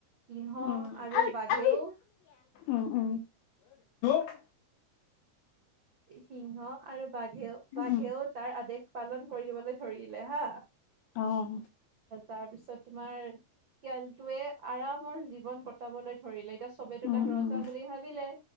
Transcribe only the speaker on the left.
উ
আ
দ উ উ <unintelligible>
উম
অ',
উম,
উম,